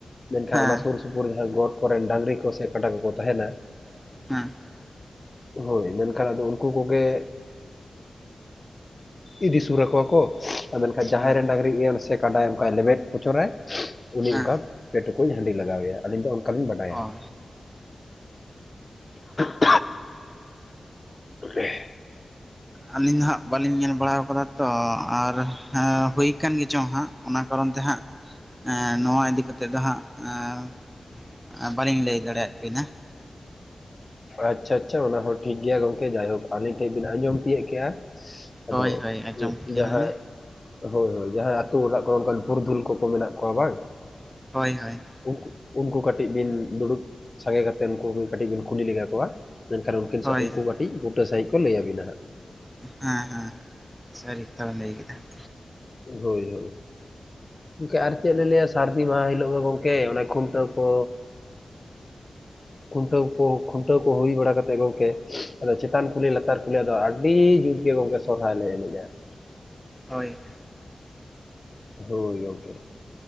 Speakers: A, on the left; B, in the centre.
A: ᱢᱮᱱᱠᱷᱟᱱ
B: ᱦᱮᱸ
A: ᱚᱱᱟ ᱥᱩᱨ ᱥᱩᱯᱩᱨ ᱨᱮᱱ ᱜᱚᱴ ᱠᱚᱨᱮᱱ ᱰᱟᱹᱝᱨᱤ ᱠᱚ ᱥᱮ ᱠᱟᱰᱟ ᱠᱚᱠᱚ ᱛᱟᱦᱮᱸᱱᱟ᱾
B: ᱦᱮᱸ᱾
A: ᱦᱳᱭ ᱢᱮᱱᱠᱷᱟᱱ ᱟᱫᱚ ᱩᱱᱠᱩ ᱠᱚᱜᱮ ᱤᱫᱤ ᱥᱩᱨᱟᱠᱚᱣᱟ ᱠᱚ᱾ ᱟᱨ ᱢᱮᱱᱠᱷᱟᱱ ᱡᱟᱦᱟᱸᱭ
B: ᱦᱮᱸ
A: ᱨᱮᱱ ᱰᱟᱹᱝᱨᱤ ᱥᱮ ᱠᱟᱰᱟᱭ ᱚᱱᱠᱟᱭ ᱞᱮᱵᱮᱫ ᱯᱚᱪᱚᱨᱟᱭ ᱩᱱᱤ
B: ᱦᱮᱸ
A: ᱚᱱᱠᱟ ᱯᱮ ᱴᱩᱠᱩᱡᱧ ᱦᱟᱺᱰᱤ ᱞᱟᱜᱟᱣᱟᱭᱟ ᱟᱹᱞᱤᱧ ᱫᱚ ᱚᱱᱠᱟᱞᱤᱧ ᱵᱟᱰᱟᱭᱟ
B: ᱚ
A: ᱾ <unintelligible>
B: ᱟᱹᱞᱤᱧ ᱫᱚ ᱦᱟᱸᱜ ᱵᱟᱹᱞᱤᱧ ᱧᱮᱞ ᱵᱟᱲᱟᱣ ᱟᱠᱟᱫᱟ ᱛᱚ ᱟᱨ ᱦᱩᱭ ᱠᱟᱱ ᱜᱮᱪᱚᱝ ᱦᱟᱸᱜ ᱚᱱᱟ ᱠᱟᱨᱚᱱ ᱛᱮ ᱦᱟᱸᱜ ᱱᱚᱣᱟ ᱤᱫᱤ ᱠᱟᱛᱮᱜ ᱫᱚ ᱦᱟᱸᱜ ᱵᱟᱹᱞᱤᱧ ᱞᱟᱹᱭ ᱫᱟᱲᱮᱭᱟᱜ ᱵᱮᱱᱟ᱾
A: ᱟᱪᱪᱷᱟ ᱟᱪᱪᱷᱟ ᱚᱱᱟ ᱦᱚᱸ ᱴᱷᱤᱠ ᱜᱮᱭᱟ ᱜᱚᱝᱠᱮ ᱡᱟᱭᱦᱳᱠ ᱟᱹᱞᱤᱧ ᱴᱷᱮᱱ ᱵᱤᱱ ᱟᱸᱡᱚᱢ ᱛᱤᱭᱳᱜ ᱠᱮᱜᱼᱟ᱾ ᱟᱫᱚ
B: ᱦᱳᱭ ᱦᱳᱭ ᱟᱸᱡᱚᱢ ᱠᱮᱫᱟᱞᱤᱧ
A: ᱡᱟᱦᱟᱸᱭ ᱦᱳᱭ ᱦᱳᱭ ᱡᱟᱦᱟᱸᱭ ᱟᱛᱳ ᱚᱲᱟᱜ ᱠᱚᱨᱮ ᱚᱱᱟᱱ ᱯᱩᱨᱩᱫᱷᱩᱞ ᱠᱚᱠᱚ ᱢᱮᱱᱟᱜ ᱠᱚᱣᱟ ᱵᱟᱝ᱾
B: ᱦᱳᱭ ᱦᱳᱭ᱾
A: ᱩ ᱩᱱᱠᱩ ᱠᱟᱹᱴᱤᱡ ᱵᱤᱱ ᱫᱩᱲᱩᱵ ᱥᱟᱸᱜᱮ ᱠᱟᱛᱮᱫ ᱩᱱᱠᱩ ᱠᱟᱹᱴᱤᱡ ᱵᱤᱱ ᱠᱩᱞᱤ ᱞᱮᱜᱟ ᱠᱚᱣᱟ᱾ ᱢᱮᱱᱠᱷᱟᱱ ᱩᱱᱠᱤᱱ ᱥᱟᱶ
B: ᱦᱳᱭ
A: ᱩᱱᱠᱩ ᱠᱟᱹᱴᱤᱡ ᱵᱩᱴᱟᱹ ᱥᱟᱹᱦᱤᱡ ᱠᱚ ᱞᱟᱹᱭ ᱟᱹᱵᱤᱱᱟ ᱦᱟᱸᱜ᱾
B: ᱦᱮᱸ ᱦᱮᱸ ᱥᱟᱹᱨᱤ ᱠᱟᱛᱷᱟ ᱵᱮᱱ ᱞᱟᱹᱭ ᱠᱮᱫᱟ ᱾
A: ᱦᱳᱭ ᱦᱳᱭ ᱜᱠᱮ ᱟᱨ ᱪᱮᱫ ᱞᱤᱧ ᱞᱟᱹᱭᱟ ᱥᱟᱹᱨᱫᱤ ᱢᱟᱦᱟᱸ ᱦᱤᱞᱳᱜ ᱫᱚ ᱜᱚᱢᱠᱮ ᱚᱱᱮ ᱠᱷᱩᱱᱴᱟᱹᱣ ᱠᱚ᱾ ᱠᱷᱩᱱᱴᱟᱹᱣ ᱠᱚ ᱠᱷᱩᱱᱴᱟᱹᱣ ᱠᱚ ᱦᱩᱭ ᱵᱟᱲᱟ ᱠᱟᱛᱮᱜ ᱜᱚᱢᱠᱮ ᱟᱫᱚ ᱪᱮᱛᱟᱱ ᱠᱩᱞᱦᱤ ᱞᱟᱛᱟᱨ ᱠᱩᱞᱦᱤ ᱟᱫᱚ ᱟᱹᱰᱤ ᱡᱩᱛ ᱜᱮ ᱜᱚᱢᱠᱮ ᱥᱚᱦᱨᱟᱭ ᱞᱮ ᱮᱱᱮᱡᱼᱟ ᱾
B: ᱦᱳᱭ᱾
A: ᱦᱳᱭ ᱜᱚᱝᱠᱮ